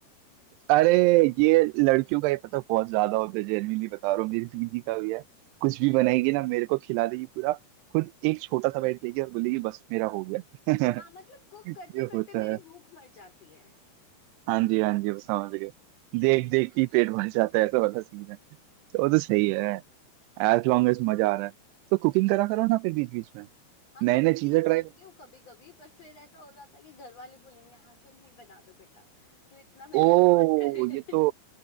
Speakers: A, on the right; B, on the left.
A: अरे ये लड़कियों का ये पता बहुत ज्यादा होता है जेन्युइनली बता रहा हूँ मेरी दीदी का भी है कुछ भी बनाएगी ना मेरे को खिला देगी पूरा खुद एक छोटा सा बैठ लेगी और बोलेगी बस मेरा हो गया
B: हाँ मतलब कुक
A: <laughs> ये
B: करते करते
A: होता
B: मेरी
A: है
B: भूख मर जाती है
A: हाँ जी हाँ जी वो समझ गए देख देख के ही पेट भर जाता है ऐसा वाला सीन है तो वो तो सही है एज लॉन्ग एज मजा आ रहा है तो कुकिंग करा करो ना फिर बीच बीच में
B: हाँ
A: नए
B: तो कुकिंग
A: नए चीजें ट्राई
B: करती
A: करो
B: हूँ कभी कभी पर फिर ऐसा हो जाता है कि घर वाले बोलेंगे हाँ तुम ही बना दो बेटा तो इतना मेहनत
A: ओ
B: कौन करे
A: ये तो
B: <laughs>